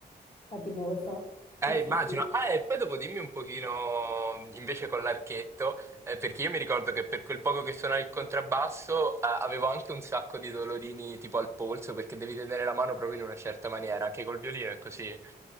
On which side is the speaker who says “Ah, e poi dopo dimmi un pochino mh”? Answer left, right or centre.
Right